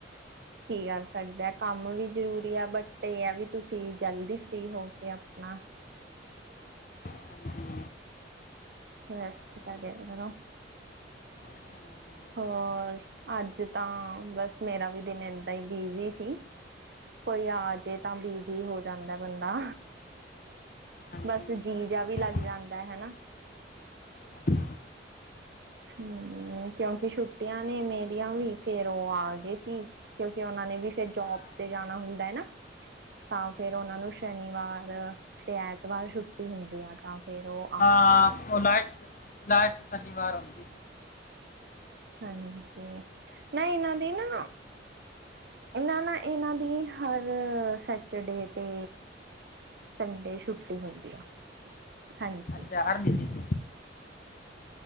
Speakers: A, on the right; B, on the left.
A: ਕੀ ਕਰ ਸਗਦੇ ਆ, ਕੰਮ ਵੀ ਜ਼ਰੂਰੀ ਆ ਬਟ ਏ ਵੀ ਤੁਸੀਂ ਜਲਦੀ ਫ੍ਰੀ ਹੋ ਕੇ ਆਪਨਾ
B: ਹਾਂ। ਹਾਂਜੀ
A: ਰੇਸਟ
B: ਹੋਰ
A: ਕਰਿਆਂ ਕਰੋ
B: ਹਾਂਜੀ ਇਹ
A: ਹੋਰ
B: ਤਾਂ ਹੈ
A: ਅੱਜ ਤਾਂ ਬਸ ਮੇਰਾ ਵੀ ਦਿਨ ਏਦਾਂ ਈ ਬਿਜ਼ੀ ਸੀ ਕੋਈ ਆ ਜੇ ਤਾਂ ਬਿਜੀ ਹੋ ਜਾਂਦਾ ਏ ਬੰਦਾ
B: ਹਾਂਜੀ ਹਾਂਜੀ
A: ਬਸ
B: ਇਹ
A: ਜੀ
B: ਤਾਂ ਹੈ
A: ਜ਼ਾ ਵੀ ਲੱਗ ਜਾਂਦਾ ਹੈਨਾ
B: ਹਾਂਜੀ
A: ਹੁ ਕਿਉਂਕਿ ਛੁੱਟੀਆਂ ਨੇ ਮੇਰੀਆਂ ਵੀ, ਫੇਰ ਉ ਆ ਗਏ ਸੀ ਕਿਉਂਕਿ ਉਨਾ ਨੇ ਵੀ ਫੇਰ
B: ਹਾਂ
A: ਜੋਬ ਤੇ ਜਾਣਾ ਹੁੰਦਾ ਏ ਨਾ ਤਾਂ ਫੇਰ
B: ਹਾਂਜੀ
A: ਉਨਾਂ ਨੂੰ ਸ਼ਨੀਵਾਰ ਤੇ ਐਤਵਾਰ ਛੁੱਟੀ ਹੁੰਦੀ ਆ ਤਾਂ ਫੇਰ ਉ
B: ਹਾਂ ਉ ਲਾਸਟ ਲਾਸਟ ਸ਼ਨੀਵਾਰ ਹੁੰਦੀ ਏ
A: ਹਾਂਜੀ, ਨਈ ਇਨਾਂ ਦੀ ਨਾ ਇਨਾ ਨਾ, ਇਨਾਂ ਦੀ ਹਰ ਸੈਟਰਡੇ ਤੇ ਸੰਡੇ ਛੁੱਟੀ ਹੁੰਦੀ ਆ। ਹਾਂਜੀ
B: ਚਾਰ ਮਹੀਨੇ 'ਚ